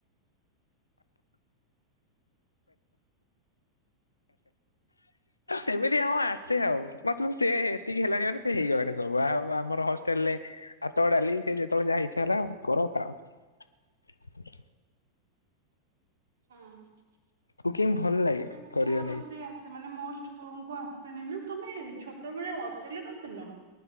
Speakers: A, on the left (about 80°); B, on the right (about 60°).
A: ସେମିତି ଅଁ ଆଁ। ସେ ଆଉ ମତଲବ ସେ ଏତିକି ହେଲାଣି ମାନେ ସେ ହେଇଗଲାଣି ସବୁ। ଆଉ ଆମର ହଷ୍ଟେଲରେ ହାତ ଡାଲି ସେ ଯେତେବେଳେ ଯାହା ଇଚ୍ଛା ହେଲା କର ଖାଅ।
B: ହଁ ସେମିତି
A: କୁକିଂ ଭଲ ଲାଗେ କରିବା
B: ଯାହା
A: ନାଗି
B: ରୋଷେଇ ଆସେ। ମାନେ ମୋଷ୍ଟ ବୋଉଙ୍କୁ ଆସେନି ନା। ତମେ ଛୋଟବେେଳେ ହଷ୍ଟେଲ ରେ ରହୁଥିଲ?